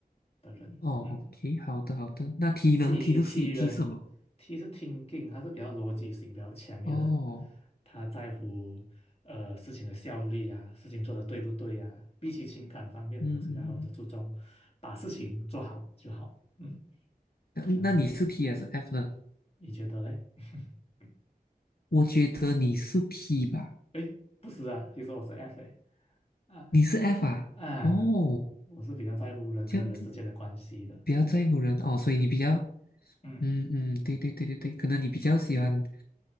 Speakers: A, on the left (about 40°); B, on the left (about 75°).
A: 的人。
B: 哦，OK，
A: 嗯，
B: 好的好的。那 T
A: 至于
B: 呢？T 的是
A: T
B: T
A: 人，T
B: 是什么？
A: 是 thinking，他是比较逻辑性比较强的人，
B: 哦，
A: 他在乎呃事情的效率啊，事情做的对不对啊，比起情感方面的东西呢，
B: 嗯嗯嗯。
A: 他们就注重把事情做好就好，嗯，
B: 那嗯那你是
A: 这样的人，
B: T 还是 F 呢？
A: 你觉得嘞？<laughs>
B: 我觉得你是 T 吧，
A: 哎，不是啊，其实我是 F 诶，啊
B: 你是 F 啊？
A: 啊，
B: 哦，
A: 我是比较在乎人跟人之间的关系的。
B: 这样子比较在乎人哦，所以你比较
A: 嗯，
B: 嗯嗯，对对对对对，可能你比较喜欢